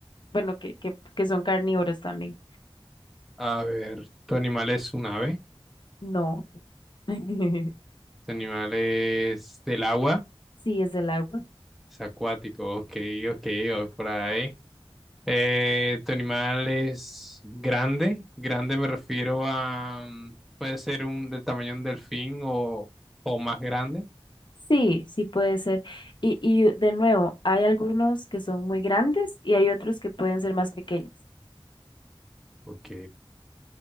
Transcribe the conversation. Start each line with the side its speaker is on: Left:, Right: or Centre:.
Left: bueno, que, que, que son carnívoros también.
Centre: a ver, tu animal es un ave,
Left: No. <laughs>
Centre: tu animal es del agua,
Left: Sí, es del agua.
Centre: es acuático, ok, ok, va por ahí. Eh, tu animal es grande, grande me refiero a, mm, puede ser un del tamaño de un delfín o, o más grande,
Left: Sí, sí puede ser. Y, y de nuevo, hay algunos que son muy grandes y hay otros que pueden ser más pequeños.
Centre: ok.